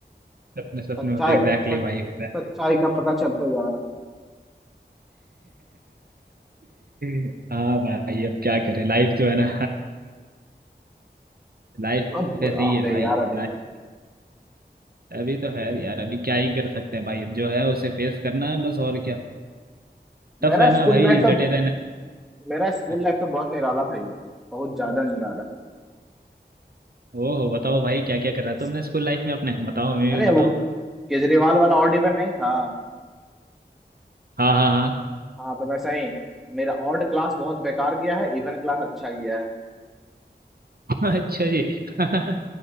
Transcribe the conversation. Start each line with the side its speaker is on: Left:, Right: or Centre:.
Right: सपने सपने
Centre: सच्चाई
Right: होते एग्जैक्टली
Centre: सच,
Right: भाई exact।
Centre: सच्चाई का पता चलता जा रहा है
Right: <laughs> हाँ भाई अब क्या करें लाइफ जो है ना लाइफ
Centre: बहुत बुरा
Right: ऐसे ही
Centre: हाल
Right: है
Centre: है
Right: भाई
Centre: यार अभी
Right: लाइफ
Centre: तो
Right: अभी तो है यार अभी क्या ही कर सकते हैं भाई जो है उसे फेस करना है बस और क्या टफ
Centre: मेरा
Right: रहना
Centre: स्कूल
Right: भाई
Centre: लाइफ तो
Right: डटे रहना
Centre: मेरा स्कूल
Right: है।
Centre: लाइफ तो बहुत निराला था यार बहुत ज्यादा निराला
Right: ओहो बताओ भाई क्या क्या कर रहा था
Centre: इस-
Right: तुमने स्कूल लाइफ में अपने बताओ हमें भी
Centre: अरे
Right: बताओ
Centre: वो केजरीवाल वाला ऑड इवन नहीं था
Right: हाँ हाँ
Centre: हाँ तो वैसा ही मेरा ऑड क्लास बहुत बेकार गया है इवन क्लास अच्छा गया है
Right: हाँ <laughs> अच्छा जी <laughs>